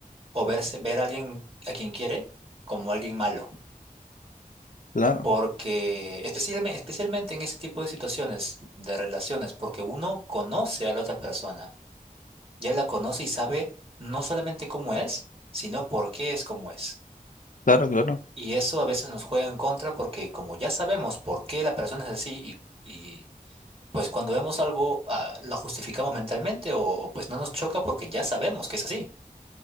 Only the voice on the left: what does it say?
claro,
claro, claro,